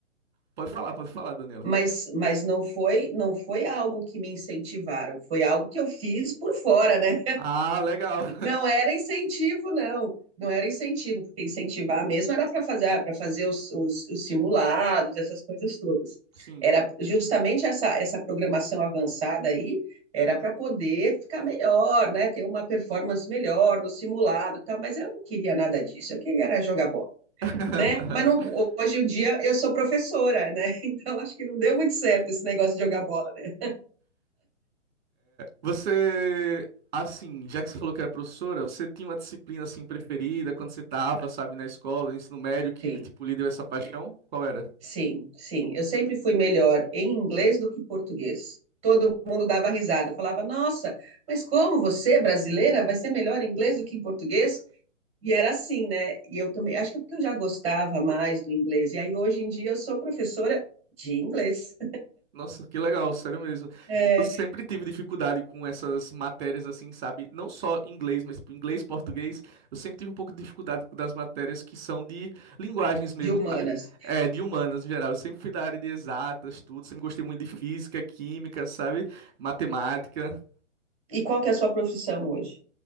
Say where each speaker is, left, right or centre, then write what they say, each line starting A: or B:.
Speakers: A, on the right; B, on the right.
A: Pode falar, pode falar, Daniela.
B: mas, mas não foi, não foi algo que me incentivaram, foi algo que eu fiz por fora, né?
A: Ah, legal.
B: Não era incentivo, não. Não era incentivo, porque incentivar mesmo era para fazer, para fazer os, os, os simulados, essas coisas todas.
A: <laughs> Sim.
B: Era justamente essa, essa programação avançada aí, era para poder ficar melhor, né? Ter uma performance melhor no simulado, e tal. Mas eu não queria nada disso. Eu queria era jogar bola,
A: <laughs>
B: né? Mas não- hoje em dia eu sou professora, né? <laughs> Então acho que não deu muito certo esse negócio de jogar bola. né?
A: Você, assim, já que você falou que era professora, você tinha uma disciplina assim preferida quando você estava, sabe, na escola, no ensino médio, que
B: Sim.
A: tipo lhe deu essa paixão? Qual era?
B: Sim, sim. Eu sempre fui melhor em inglês do que português. Todo mundo dava risada, falava: Nossa, mas como você, brasileira, vai ser melhor em inglês do que em português? E era assim, né? E eu também, acho que é porque eu já gostava mais do inglês. E aí, hoje em dia, eu sou professora de inglês,
A: Nossa, que legal, sério mesmo.
B: <laughs> é,
A: Eu sempre tive dificuldade com essas matérias assim, sabe? Não só inglês, mas tipo, inglês, português. Eu sempre tive um pouco de dificuldade com das matérias que são de linguagens mesmo,
B: de humanas.
A: é, de humanas em geral. Eu sempre fui da área de exatas, tudo. Sempre gostei muito de física, química, sabe? Matemática.
B: E qual que é a sua profissão hoje?